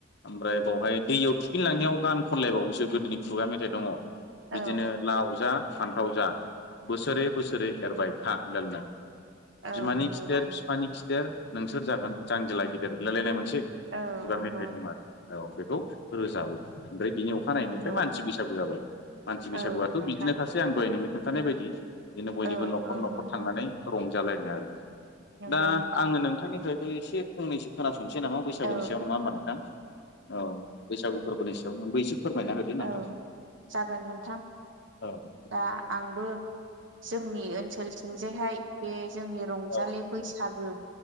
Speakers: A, on the left (about 55°); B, on the right (about 65°).
A: ओमफ्राय बावहाय दैयाव थुखैनो लांनायाव गान खनलायबावोसो गोदोनि खुगा मेथाइ दङ
B: औ
A: बिदिनो लाव जा फान्थाव जा बोसोरै बोसोरै एरबाय था होनलाय लायनाय
B: औ
A: बिमानि
B: नंगौ
A: खिथेर बिफानि खिथेर नोंसोर जागोन जांजेला गिदिर होनलाय लायनाय मोनसे
B: औ
A: खुगा
B: नंगौ
A: मेथाइ दं आरो औ बेखौ रोजाबो ओमफ्राय बिनि अखानायनायनिफ्राय
B: नंगौ
A: मान सि बैसागु जाबाय मानसि बैसागुआथ'
B: औ नोंथां
A: बिदिनो सासे आं दहाय नोंनो खोन्थानाय बायदि बिदिनो बयनिबो
B: औ
A: न'खर
B: औ
A: न'खर
B: नंगौ
A: थांनानै रंजालायनाय आरो
B: नंगौ
A: दा
B: नोंथां
A: आङो नोंथांनिफ्रायबो एसे फंनैसो खोनासंसै नामा बैसागुनिसायाव
B: औ
A: नङा होमबा नोंथां औ बैसागु फोरबोनि सायाव नोंबो एसे फोरमायना होदो नोंथां
B: औ जागोन नोंथां
A: औ
B: दा आंबो जोंनि ओनसोलथिंजायहाय बे जोंनि रंजालि
A: औ
B: बैसागो